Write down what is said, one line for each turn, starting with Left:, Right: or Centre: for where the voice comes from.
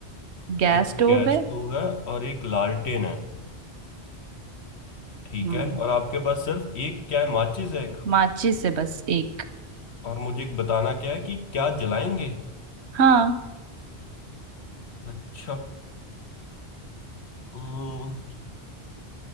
Right: गैस
Left: एक
Right: स्टोव
Left: गैस
Right: है
Left: स्टोव है और एक लालटेन है ठीक
Right: हम्म
Left: है और आपके पास सिर्फ एक क्या है माचिस है एक
Right: माचिस है बस एक
Left: और मुझे एक बताना क्या है कि क्या जलाएंगे
Right: हाँ
Left: अच्छा हम्म,